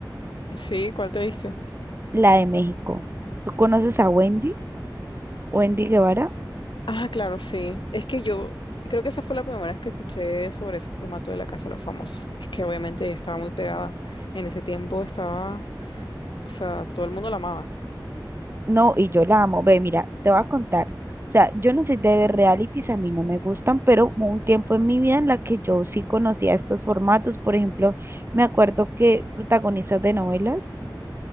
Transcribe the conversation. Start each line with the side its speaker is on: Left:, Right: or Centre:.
Left: Sí, ¿cuál te diste?
Right: la de México. ¿Tú conoces a Wendy? Wendy Guevara.
Left: Ah, claro, sí. Es que yo creo que esa fue la primera vez que escuché sobre ese formato de La Casa de los Famosos. Es que obviamente ya estaba muy pegada. En ese tiempo estaba, o sea, todo el mundo la amaba.
Right: No, y yo la amo. Ve, mira, te voy a contar. O sea, yo no soy de ver realities, a mí no me gustan, pero hubo un tiempo en mi vida en la que yo sí conocía estos formatos. Por ejemplo, me acuerdo que protagonistas de novelas,